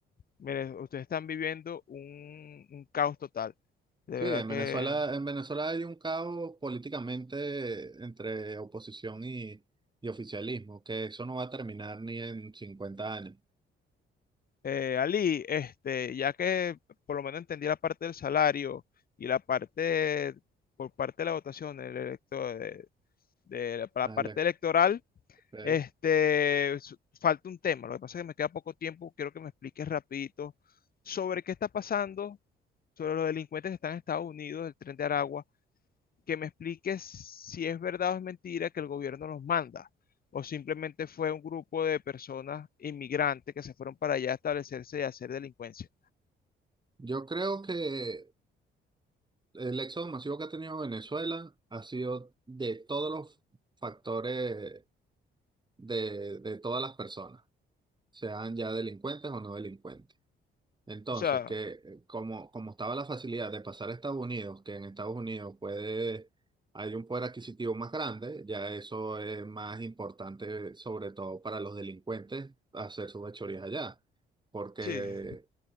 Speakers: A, on the left (about 50°); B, on the right (about 20°).
A: mire ustedes están viviendo un, un caos total. De
B: Sí,
A: verdad
B: en
A: que
B: Venezuela, en Venezuela hay un caos políticamente entre oposición y, y oficialismo, que eso no va a terminar ni en cincuenta años.
A: Eh, Ali, este, ya que por lo menos entendí la parte del salario y la parte por parte de la votación el electo- de, de la, para
B: Dale,
A: la parte electoral,
B: ok.
A: este, s- falta un tema. Lo que pasa es que me queda poco tiempo. Quiero que me expliques rapidito sobre qué está pasando, sobre los delincuentes que están en Estados Unidos, del Tren de Aragua, que me expliques si es verdad o es mentira que el gobierno los manda. o simplemente fue un grupo de personas inmigrantes que se fueron para allá a establecerse y a hacer delincuencia.
B: Yo creo que El éxodo masivo que ha tenido Venezuela ha sido de todos los factores de, de todas las personas, sean ya delincuentes o no delincuentes. Entonces,
A: O sea,
B: que eh, como, como estaba la facilidad de pasar a Estados Unidos, que en Estados Unidos puede, hay un poder adquisitivo más grande, ya eso es más importante, sobre todo para los delincuentes, hacer sus fechorías allá, porque
A: sí,